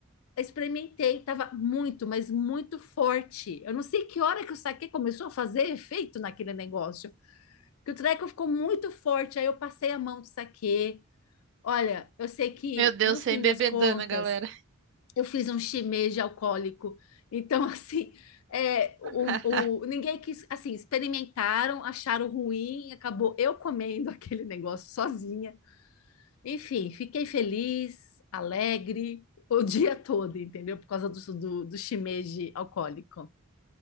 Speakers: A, on the left; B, on the right.
A: experimentei, tava muito, mas muito forte. Eu não sei que hora que o saquê começou a fazer efeito naquele negócio, que o treco ficou muito forte. Aí eu passei a mão do saquê. Olha, eu sei que
B: Meu Deus,
A: no fim
B: sem bebedana,
A: das contas
B: galera.
A: eu fiz um shimeji alcoólico. Então, <laughs> assim, é, o,
B: <laughs>
A: o, ninguém quis, assim, experimentaram, acharam ruim, acabou eu comendo <laughs> aquele negócio sozinha. Enfim, fiquei feliz, alegre, o dia todo, entendeu? Por causa do, do, do shimeji alcoólico.